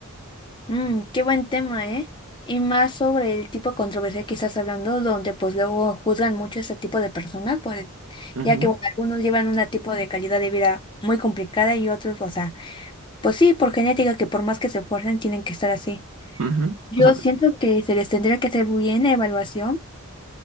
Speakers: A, on the left; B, on the right.
A: Mm, qué buen tema, ¿eh? Y más sobre el tipo de controversia que estás hablando, donde pues luego juzgan mucho ese tipo de personas, por el-
B: Ujú,
A: ya que bueno, algunos llevan un tipo de calidad de vida muy complicada y otros, o sea, pues sí, por genética, que por más que se esfuercen, tienen que estar así.
B: ujú.
A: Yo
B: O sea,
A: siento que se les tendría que hacer bien la evaluación